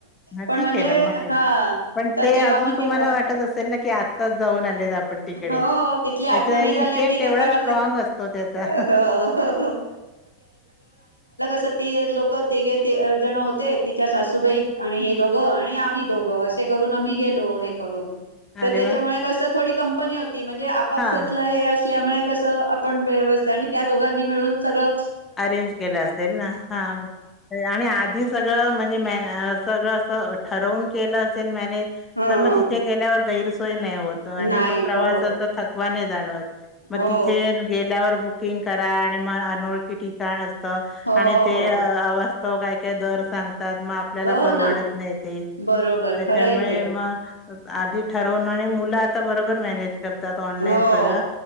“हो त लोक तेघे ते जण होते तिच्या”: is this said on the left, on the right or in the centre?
Left